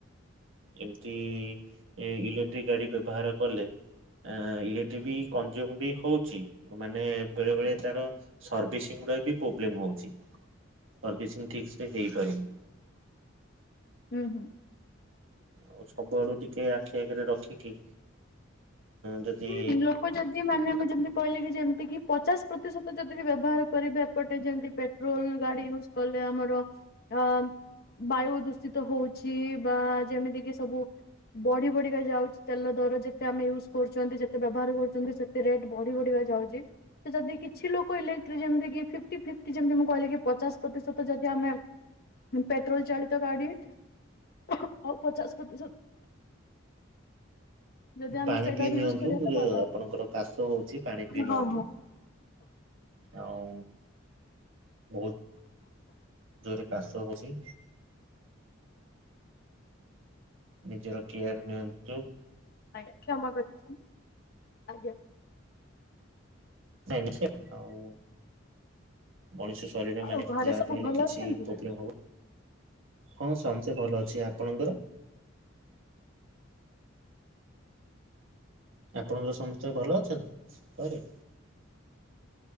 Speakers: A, on the right; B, on the left.
A: ଏମିତି ଏ ଇଲେକ୍ଟ୍ରି ଗାଡି ବ୍ୟବହାର କଲେ। ଆଁ ଇଲେକ୍ଟ୍ରି ବି କଞ୍ଜୁମ୍ ବି ହଉଛି ମାନେ ବେଳେବେଳେ ତାର ସର୍ଭିସିଂଗୁଡ଼ା ବି ପ୍ରୋବ୍ଲେମ୍ ହଉଛି, ସର୍ଭିସିଂ ଠିକ୍ ସେ ହେଇପାରୁନି।
B: ହୁଁ ହୁଁ।
A: ଆଉ ସବୁଆଡୁ ଟିକେ ଆଖି ଆଗେରେ ରଖିକି ଯଦି
B: ହୁଁ ଲୋକ ଯଦି ମାନେ ମୁଁ ଜେମତି କହିଲିକି ଜେମତିକିି, ପଚାସ୍ ପ୍ରତିଶତ ଜଦିବି ବ୍ୟବହାର କରିବେ ଏପଟେ ଜେମିତି ପେ ରୋଲ ଗାଡି ୟୁଜ୍ କଲେ ଆମର ଅ ବାୟୁ ଦୂଷିତ ହୋଉଚି ବା ଯେମିତି କିି ସବୁ ବଢି ବଢିକା ଯାଉଚି ତେଲ ଦର ଯେତେ ଆମେ ୟୁଜ୍ କରୁ ଚନ୍ତି ଯେତେ ବ୍ୟବହାର କରୁଚନ୍ତି ସେତେ ରେଟ୍ ବଢି ବଢିକା ଯାଉଚି। ଜଦି କିଛି ଲୋକ ଇଲେକ୍ଟ୍ରି ଯେମତିକି ଫିପ୍ଟି ଫିପ୍ଟି ଯେମତି ମୁଁ କହିଲି କି ପଚାଶ ପ୍ରତିଶତ ଯଦି ଆମେ ହୁଁ ପେଟ୍ରୋଲ୍ ଚାଳିତ ଗାଡି ଆଉ ପଚାଶ ପ୍ରତିଶତ ଯଦି ଆମେ
A: ପାଣି
B: ସେ
A: ପିଇ
B: ଗାଡି
A: ନିଅନ୍ତୁ
B: ୟୁଜ କରିବା ତ ଭଲ।
A: ଆପଣଙ୍କର କାଶ ହୋଉଚି ପାଣି ପିଇ
B: ହଁ
A: ନିଅନ୍ତୁ।
B: ହଁ।
A: ଆଉ ବୋହୁତ ଜୋରେ କାଶ ହୋଉଚି। ନିଜର କେୟାର୍ ନିଅନ୍ତୁ।
B: ଆଜ୍ଞା କ୍ଷମା କରିବେ ଆଜ୍ଞାା।
A: ନାଇଁ ନିଶ୍ଚୟ <unintelligible> ଆଉ ମଣିଷ ସ ଶରିର
B: ଆଉ
A: ମାନେ
B: ଘରେ
A: ଯାହା
B: ସବୁ
A: ବି ହେଲେ
B: ଭଲ
A: କିଛି
B: ଅଛନ୍ତି?
A: ପ୍ରୋବଲେମ୍ ହବନି। ହଁ ସମସ୍ତେ ଭଲ ଅଛି ଆପଣଙ୍କର? ଆପଣଙ୍କର ସମସ୍ତେ ଭଲ ଅଛନ୍ତି ଘରେ।